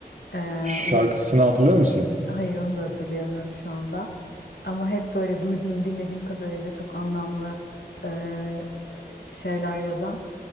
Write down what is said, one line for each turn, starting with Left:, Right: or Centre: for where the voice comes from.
Left: E,
Right: şarkısını
Left: o da
Right: hatırlıyor musun?
Left: Hayır onu da hatırlayamıyorum şu anda. Ama hep böyle duyduğum, dinlediğim kadarıyla çok anlamlı e, e, şeyler yazan.